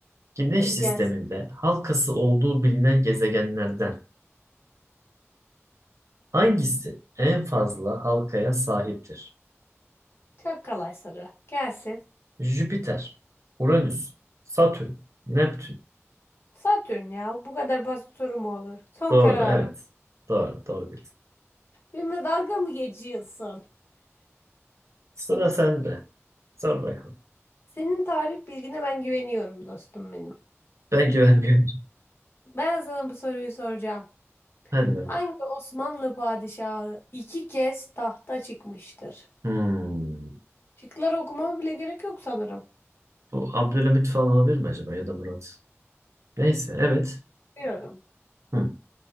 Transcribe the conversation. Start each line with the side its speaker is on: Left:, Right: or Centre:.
Right: Güneş
Left: Hadi
Right: sisteminde
Left: gel.
Right: halkası olduğu bilinen gezegenlerden hangisi en fazla halkaya sahiptir?
Left: Çok kolay soru. Gelsin.
Right: Jüpiter, Uranüs, Satürn, Neptün.
Left: Satürn ya. Bu kadar basit soru mu olur? Son
Right: Doğru,
Left: kararım.
Right: evet. Doğru, doğru bildin.
Left: Benimle dalga mı geçiyorsun?
Right: Sıra sende. Sor bakalım.
Left: Senin tarih bilgine ben güveniyorum dostum benim.
Right: Ben güvenmiyorum.
Left: Ben sana bu soruyu soracağım.
Right: Hadi bakalım.
Left: Hangi Osmanlı padişahı iki kez tahta çıkmıştır?
Right: Hmm.
Left: Şıkları okumama bile gerek yok sanırım.
Right: Bu Abdülhamit falan olabilir mi acaba ya da Murat? Neyse evet.
Left: Söylüyorum.
Right: Hı.